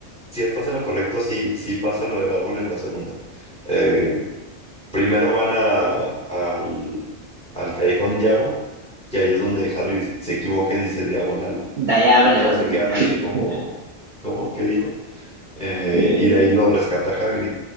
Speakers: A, in the centre; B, on the right.
A: si estás en lo correcto, sí, sí pasa lo del árbol en la segunda. Eh, Primero van a, al, al callejón Diagon, que ahí es donde Harry se equivoca y dice diagonal.
B: Diagonally.
A: Y todos se quedan
B: <laughs>
A: así como, ¿cómo? ¿Qué dijo? Eh,
B: Este,
A: y de ahí lo rescata Hagrid.